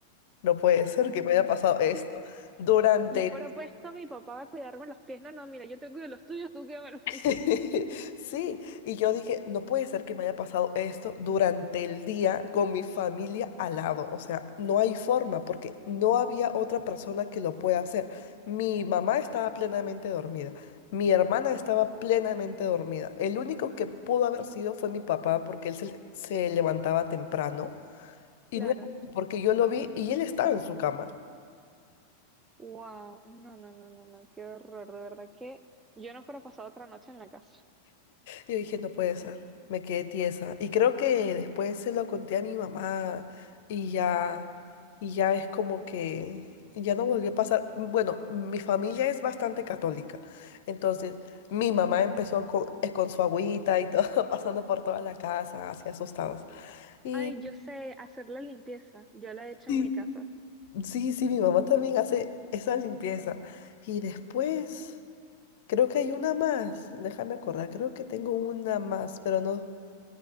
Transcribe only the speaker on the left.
No puede ser que me haya pasado esto.
Durante
<laughs>
Sí, y yo dije, no puede ser que me haya pasado esto durante el día con mi familia al lado. O sea, no hay forma porque no había otra persona que lo pueda hacer. Mi mamá estaba plenamente dormida, mi hermana estaba plenamente dormida. El único que pudo haber sido fue mi papá porque él se, se levantaba temprano y
no era porque yo lo vi y él estaba en su cama.
Yo dije, no puede ser. Me quedé tiesa. Y creo que después se lo conté a mi mamá y ya, y ya es como que ya no volvió a pasar. Bueno, mi familia es bastante católica. Entonces, mi mamá empezó con, eh, con su agüita y todo, <laughs> pasando por toda la casa, así asustados. Y
Sí.
sí, sí, mi mamá también hace esa limpieza. Y después, creo que hay una más. Déjame acordar, creo que tengo una más, pero no.